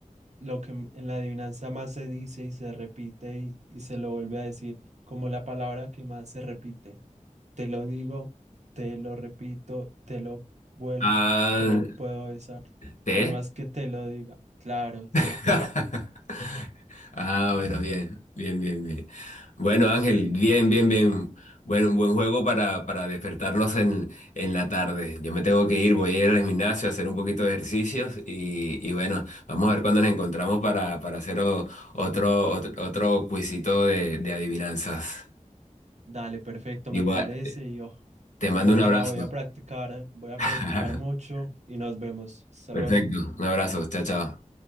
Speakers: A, on the right; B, on the left.
A: lo que en la adivinanza más se dice y se repite y, y se lo vuelve a decir, como la palabra que más se repite. Te lo digo, te lo repito, te lo vuelvo,
B: Ah,
A: te lo puedo besar,
B: ¿te?
A: por más que te lo diga. Claro, es el
B: <laughs>
A: té.
B: Ah, bueno, bien, bien, bien, bien. Bueno, Ángel, bien, bien, bien. Buen, buen juego para, para despertarnos en, en la tarde. Yo me tengo que ir, voy a ir al gimnasio a hacer un poquito de ejercicios y, y bueno, vamos a ver cuándo nos encontramos para, para hacer o- otro, otro, otro cuisito de, de adivinanzas.
A: Dale, perfecto,
B: Igual,
A: me parece y, o-
B: te
A: y
B: mando
A: ojalá
B: un abrazo.
A: voy a practicar, voy a
B: <laughs>
A: practicar mucho y nos vemos. Hasta
B: Perfecto,
A: luego.
B: un abrazo, chao, chao.